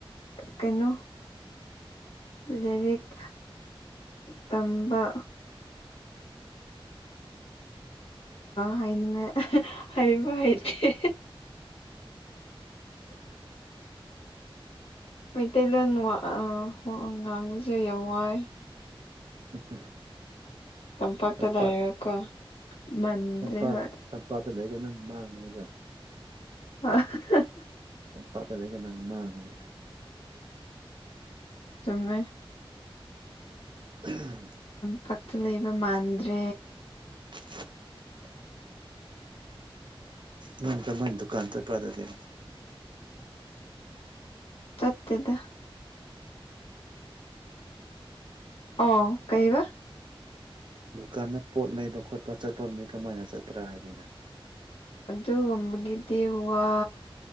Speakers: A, on the left; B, on the right.
A: ꯀꯩꯅꯣ ꯂꯥꯏꯔꯤꯛ ꯇꯝꯕ ꯍꯥꯏꯅꯤꯡꯉꯥꯏ ꯍꯥꯏꯕ ꯍꯩꯇꯦ ꯃꯩꯇꯩꯂꯣꯟ ꯋꯥ ꯉꯥꯡꯕꯁꯨ ꯌꯥꯝ ꯋꯥꯏ
B: ꯍꯨꯝ ꯍꯨꯝ <unintelligible>
A: ꯇꯝꯄꯥꯛꯇ
B: ꯆꯄꯥ
A: ꯂꯩꯔꯒꯀꯣ ꯃꯟꯗ꯭ꯔꯦ
B: ꯆꯄꯥ
A: ꯍꯣꯏ
B: ꯆꯄꯥꯇ ꯂꯩ ꯀꯅ ꯃꯥꯡꯒꯅꯤꯗ
A: ꯑ <unintelligible>
B: ꯄꯥꯠꯀ ꯂꯩꯒꯅꯥ ꯃꯥꯡꯒꯅꯤ
A: ꯆꯨꯝꯃꯦ
B: ꯑꯍꯝ
A: ꯄꯥꯠꯇ ꯂꯩꯕ ꯃꯥꯟꯗ꯭ꯔꯦ
B: <inaudible> ꯅꯪ ꯀꯃꯥꯏ ꯗꯨꯀꯥꯟ ꯆꯠꯄ꯭ꯔꯥ ꯑꯗꯨꯗꯤ
A: ꯆꯠꯇꯦꯗꯥ ꯑꯣ ꯀꯩꯕ
B: ꯗꯨꯀꯥꯟꯗ ꯄꯣꯠ ꯂꯩꯕ ꯈꯣꯠꯄ ꯆꯠꯄ ꯃꯤꯛ ꯀꯃꯥꯏꯅ ꯆꯠꯄ꯭ꯔꯥ ꯍꯥꯏꯕꯅꯤꯗ
A: ꯑꯗꯨꯒꯨꯝꯕꯒꯤꯗꯤ ꯋꯥ